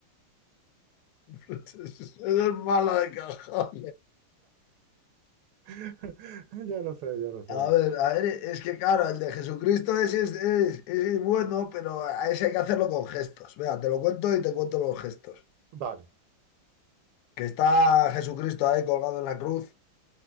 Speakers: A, on the left; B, on the right.
A: Eso es malo de cajón.
B: <laughs> Ya lo sé, ya lo sé.
A: A ver, a ver, es que claro, el de Jesucristo ese es, es- ese es bueno, pero a ese hay que hacerlo con gestos. Vea, te lo cuento y te cuento los gestos.
B: Vale.
A: Que está Jesucristo ahí colgado en la cruz